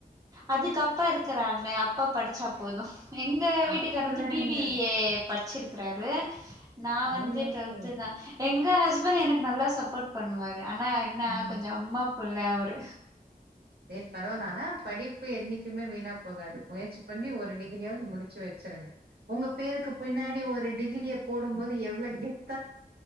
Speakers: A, on the right (about 20°); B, on the right (about 85°).
A: அதுக்கு அப்பா இருக்கறான்ல அப்பா படிச்சா போது எங்க வீட்டுக்கார்
B: அப்புல்லா
A: வந்து பி
B: இல்ல
A: பி ஏ படிச்சிருக்றாரு நா
B: சேரி
A: வந்து
B: ஓகே
A: டுவெல்து தா எங்க ஹஸ்பண்ட் எனக்கு நல்லா சப்போட் பண்ணுவாரு ஆனா என்ன
B: ம்
A: கொஞ்சோ அம்மா புள்ள அவரு
B: சேரி பரவால்லா ஆனா படிப்பு என்னைக்குமே வீணா போகாது முயற்சி பண்ணி ஒரு டிகிரியாவது முடிச்சி வச்சிருங்க உங்க பேருக்கு பின்னாடி ஒரு டிகிரிய போடும்போது எவ்ளோ கெத்